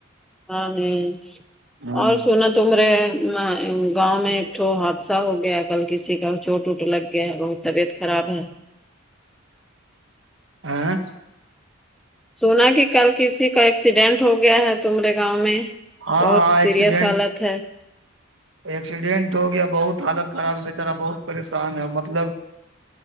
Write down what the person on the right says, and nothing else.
ہوں
ہاں <inaudible>
ہاں
ایکسیڈینٹ
ایکسیڈینٹ ہو گیا بہت حالت خراب ہے بیچارا بہت پریشان ہے مطلب